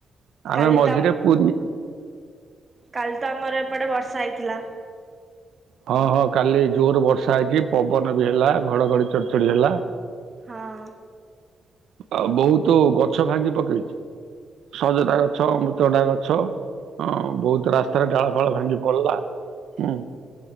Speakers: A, on the right; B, on the right.
A: ଆମେ
B: କାଲି
A: ମଝିରେ ପୁରୀ
B: କାଲ ତ ଆମର ଏପଟେ ବର୍ଷା ହେଇଥିଲା।
A: ହଁ ହଁ କାଲି ଜୋର ବର୍ଷା ହେଇକି ପବନ ବି ହେଲା ଘଡଘଡି ଚଢଚଢଡି ହେଲା।
B: ହଁ।
A: ଆଉ ବହୁତ ଗଛ ଭାଙ୍ଗି ପକେଇଚି। ସଜତା ଗଛ, ଅମୃତଭଣ୍ଡା ଗଛ। ହଁ ବହୁତ ରାସ୍ତାରେ ଡାଳ ଫାଳ ଭାଙ୍ଗି ପଡିଲା। ହୁଁ।